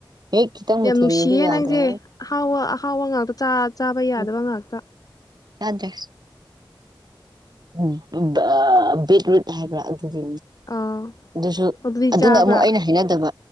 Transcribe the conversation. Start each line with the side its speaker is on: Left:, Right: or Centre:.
Right: ꯍꯦꯛ ꯈꯤꯇꯪꯕꯨ
Left: ꯌꯥꯝ
Right: ꯊꯤꯡꯉꯗꯤ
Left: ꯅꯨꯡꯁꯤꯌꯦ
Right: ꯌꯥꯗ꯭ꯔꯦ
Left: ꯅꯪꯁꯦ ꯑꯍꯥꯎꯕ ꯑꯍꯥꯎꯕ ꯉꯥꯛꯇ ꯆꯥ ꯆꯥꯕ ꯌꯥꯗꯕ
Right: ꯎꯝ
Left: ꯉꯥꯛꯇ
Right: ꯌꯥꯗ꯭ꯔꯦ ꯎꯝ ꯑꯥ ꯕꯤꯠ ꯔꯠ ꯍꯥꯏꯕꯔ ꯑꯗꯨꯗꯤ
Left: ꯑꯥ
Right: ꯑꯗꯨꯁꯨ
Left: ꯑꯗꯨꯗꯤ
Right: ꯑꯗꯨꯅ
Left: ꯆꯥꯕ꯭ꯔꯥ
Right: ꯑꯃꯨꯛ ꯑꯩꯅ ꯍꯩꯏꯅꯗꯕ